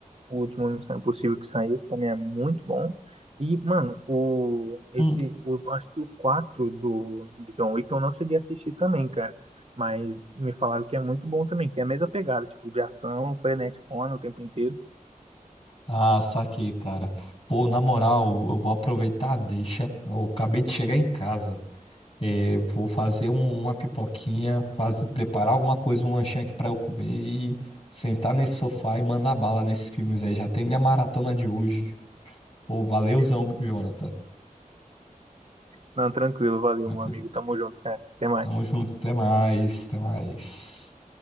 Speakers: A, on the right; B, on the left.
A: o último Missão Impossível que saiu, que também é muito bom. E, mano, o, esse,
B: Hum,
A: o, acho que o 4 do, do John Wick eu não cheguei a assistir também, cara. Mas me falaram que é muito bom também, que é a mesma pegada, tipo, de ação, frenético, o tempo inteiro.
B: Ah, saquei, cara. Pô, na moral, eu vou aproveitar a deixa. Eu acabei de chegar em casa. É, vou fazer um- uma pipoquinha, fazer, preparar alguma coisa, um lanchinho aqui pra eu comer e sentar nesse sofá e mandar bala nesses filmes aí. Já tem minha maratona de hoje. Pô, valeuzão,
A: <laughs>
B: Jonathan.
A: Não, tranquilo, valeu,
B: Tranquilo.
A: meu amigo. Tamo junto, cara. Até mais.
B: Tamo junto, até mais, até mais.